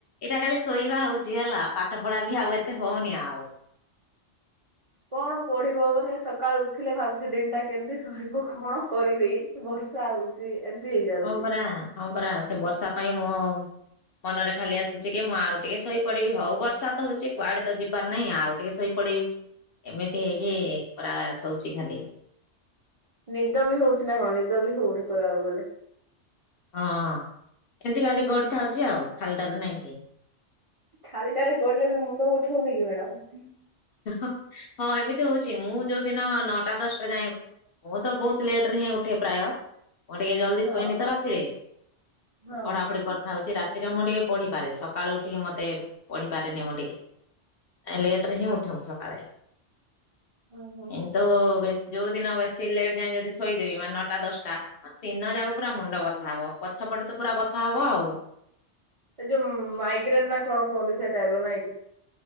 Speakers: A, on the left; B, on the right.
A: କାଲି ଶୋଇବା ହୋଉଛି ହେଲା ପାଠ ପଢ଼ା ବି ଆଉ ଏତେ ହଉନି ଆଉ।
B: କଣ ପଢ଼ିବ ମାନେ ସକାଳୁ ଉଠିଲେ ଭାବୁଛି ଦିନଟା କେମିତି ସରିବ କଣ କରିବି। ବର୍ଷା ହୋଉଛି ଏମତି ହେଇଯାଉଛି।
A: ହଁ ପରା ହଁ ପରା ସେ ବର୍ଷା ପାଇଁ ମଁ ମନରେ ଖାଲି ଆସୁଛି କି ମୁଁ ଆଉ ଟିକେ ସହି ପଡ଼ିବି ହଉ ବର୍ଷା ତ ହଉଛି କୁଆଡ଼େ ତ ଯିବାର ନାହିଁ ଆଉ। ଟିକେ ଶୋଇପଡ଼ିବି ଏମିତି ହେଇକି ପରା ଶୋଉଛି ଖାଲି।
B: ନିଦ ବି ହୋଉଛିି ନା କଣ ନିଦ ବି ହୋଉନି କହିବାକୁ ଗଲେ।
A: ହଁ ଏମିତି କାଲି ଗଡ଼ିଥାଉଛି ଆଉ ଖାଲିଟାରେ ନାଇଁକି।
B: ଖାଲି ଟାରେ ଗଡ଼ିଲେ ବି ମୁଣ୍ଡ ବଥୋଉନି କି ମ୍ୟାଡ଼ାାମ?
A: ହଁ ଏମିତି ହୋଉଛି ମୁଁ ଯୋଉ ଦିନ ନଅଟା ଦଶଟା ଯାଏଁ ମୁଁ ତ ବହୁତ ଲେଟରେ ହିଁ ଉଠେ ପ୍ରାୟ। ମୁଁ ଟିକେ ଜଲଦି
B: ହଁ
A: ଶୁଏଇନି ତ ରାତିରେ
B: ହଁ
A: ପଢ଼ାପଢ଼ି କରିଥାଉଛି ରାତ୍ ରାତିରେ ମୁଁ ଟିକେ ପଢ଼ିପାରେ ସକାଳୁ ଉଠିକି ମତେ ପଢ଼ିପାରେନି ମୁଁ ଟିକେ। ଆ ଲେଟ୍ ଲେଟ୍ ରେ ହିଁ ଉଠେ ମୁଁ ସକାଳେ।
B: ହଁ ହଁ
A: ଇଣ୍ଟୁ ଯୋଉ ଦିନ ବେ ସେ ଲେଟଯାଏଁ ଯଦି ଶୋଇଦେବି ମାନେ ନଅଟା ଦଶଟା ଦିନ ଯାକ ପୁରା ମୁଣ୍ଡ ବଥା ହବ ପଛପଟେ ତ ପୁରା ବଥା ହବ ଆଉ।
B: ସେ ଯୋଉ ମାଇଗ୍ରେନ ନା କଣ କୁହନ୍ତି ସେ ଟାଇପ ର ନାଇଁ କି?